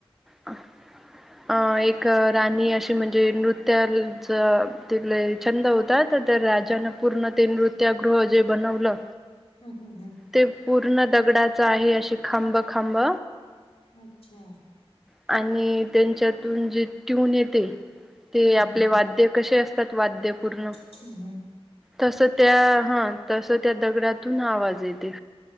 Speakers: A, in the centre; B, on the left (about 75°).
A: अ एक राणी अशी म्हणजे नृत्याच तीला छंद होता तर राजाने पूर्ण ते नृत्यागृह जे बनवलं
B: हम्म हम्म हं
A: ते पूर्ण दगडाच आहे असे खांब खांब
B: अच्छा
A: आणि त्यांच्यातून जे ट्यून येतय ते आपले
B: हम्म हम्म
A: वाद्य कसे असतात वाद्य पूर्ण
B: हम्म ह
A: तस त्या हा तस त्या दगडातून आवाज येते.